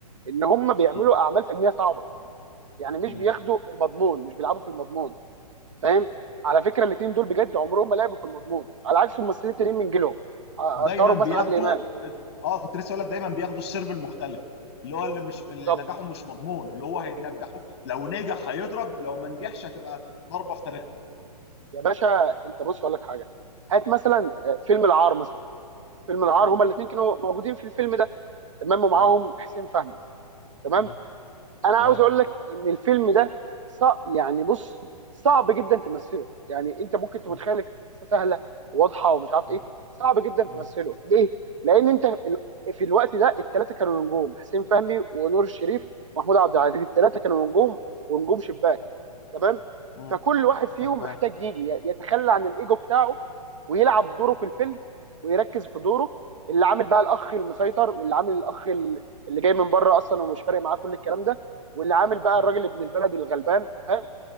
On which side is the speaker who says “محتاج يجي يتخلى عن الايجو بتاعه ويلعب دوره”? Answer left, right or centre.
Right